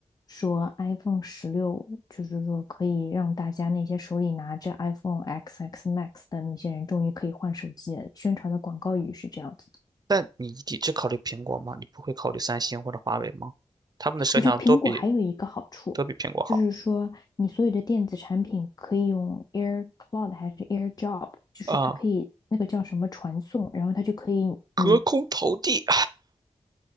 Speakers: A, on the left; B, on the right.
A: 说 iPhone 十六就是说可以让大家那些手里拿着 iPhone XX Max 的那些人终于可以换手机了，宣传的广告语是这样子的。
B: 但你你只考虑苹果吗？你不会考虑三星或者华为吗？他们的摄像都比
A: 我觉得苹果还有一个好处。
B: 都比苹果好
A: 就是说，你所有的电子产品可以用 AirCloud 还是 AirDrop，就是它可以那个叫什么传送，
B: 啊。
A: 然后它就可以你
B: 隔空投递。